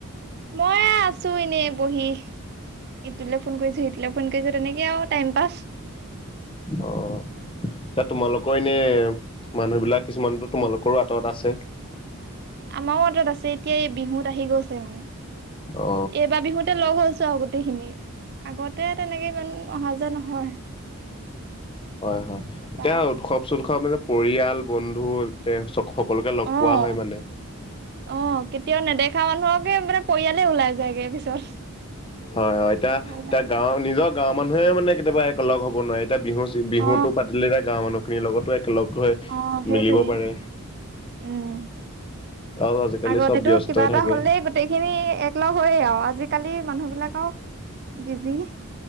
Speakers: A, on the right; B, on the left.
A: মই আছো এনেই বহি। ইটোলৈ ফোন কৰিছো সিটোলৈ ফোন কৰিছো তেনেকে আৰু টাইম পাছ।
B: অ'। এতিয়া তোমালোকৰ এনে মানুহবিলাক কিছুমানতো তোমালোকৰো আঁতৰত আছে?
A: আমাৰো অঁটাত আছে এতিয়া এই বিহুত আহি গৈছে মানে।
B: অ
A: এইবাৰ বিহুতে লগ হৈছো আউ গোটেইখিনি, আগতে তেনেকে ইমান অহা যোৱা নহয়।
B: হয়'-হয়',
A: তাৰপা
B: এতিয়া উৎসৱ-চৎসৱ মানে পৰিয়াল, বন্ধু <unintelligible> সকলোকে লগ
A: অ',
B: পোৱা হয় মানে।
A: অ', কেতিয়াও নেদেখা মানুহকে মানে পৰিয়ালে ওলাই যায়গে পিছত।
B: হয়'-হয়', এতিয়া এয়া
A: ভাল লাগে
B: গাঁৱৰ নিজৰ গাঁৱৰ মানুহে মানে কেতিয়াবা একেলগে হ'ব নোৱাৰে। এতিয়া বিহু
A: অ
B: তো পাতিলে এতিয়া গাঁৱৰ মানুহখিনিৰ লগতো একলগ হৈ
A: অ সেইটোৱে
B: মিলিব পাৰে।
A: উম
B: আৰু আজিকালি
A: আগতেতো
B: চব ব্যস্তই
A: কিবা এটা
B: থাকে
A: হ'লেই গোটেইখিনি এক লগ হৈয়ে আৰু আজিাকালি কালি মানুহ বিলাক আৰু বিজি।